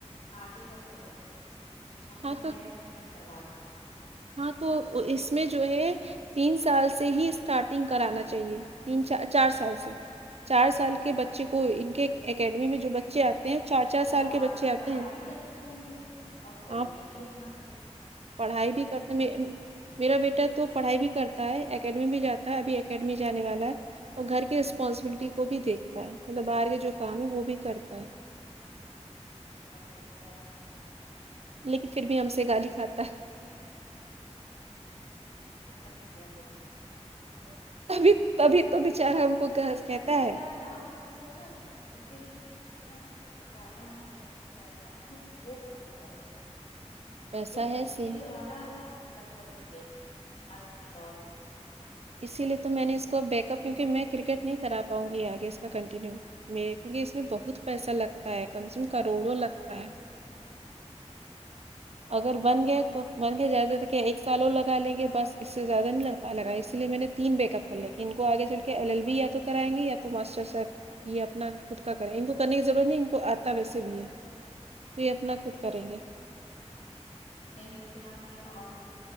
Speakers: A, on the left; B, on the right.
A: آگے تو وہ ہے ممی
B: ہاں تو
A: میرا ایڈمشن کروا د
B: ہاں تو اس میں جو ہے تین سال سے ہی اسٹارٹنگ کرانا چاہیے تین چ چار سال سے چار سال کے بچے کو ان کے اکیڈمی میں جو بچے آتے ہیں چار چار
A: وہ
B: سال
A: پڑھاتے
B: کے بچے آتے
A: پڑھائی
B: ہیں
A: بھی کرتے ہوں گے اور وہ
B: ہاں
A: یہ بھی اپنا کرتے ہوں گے
B: پڑھائی بھی کرتے میں میرا بیٹا تو پڑھائی بھی کرتا ہے اکیڈمی بھی جاتا ہے ابھی اکیڈمی جانے والا ہے اور گھر کی رسپانسبلٹی کو بھی دیکھتا ہے مطلب باہر کے جو کام ہے وہ بھی کرتا ہے
A: بہت بڑھیا اچھا
B: لیکن پھر بھی ہم سے گالی کھاتا
A: بدیا ت
B: تبھی تبھی تو بچار ہم کو گھر کہتا
A: ویسے ایک
B: ہے
A: بات آپ نے کچھ سوچا ہے جیسے یہ کھانے والی چیز ہی زیادہ آج کل پیسہ کے لیے اسکوپ بھی بہت ہے
B: پیسہ
A: ایک
B: ہے
A: ٹھیلے
B: سے
A: والا لکھپتی ہے آج کے دور
B: اسی لیے تو میں نے اس کو بیک اپ کیونکہ میں کرکٹ نہیں کرا پاؤں گی آگے اس کا کنٹینیو میں کیونکہ اس میں بہت پیسہ لگتا ہے کم سے کم کروڑوں لگتا ہے اگر بن گئے تو بن گئے زیادہ ت کیا ایک سال اور لگا لیں گے بس اس سے زیادہ نہیں لگ پا لگا اسی لیے میں نے تین بیک اپ کر لیں کے ان کو آگے چل کے ایل ایل بی یا تو کرائیں گے یا تو ماسٹر سحب یہ اپنا خود کا کریں ان کو کرنے کی ضرورت نہیں ان کو آتا ویسے بھی ہے تو یہ اپنا خود کریں گے
A: نہیں ویسے آپ کے اور بھی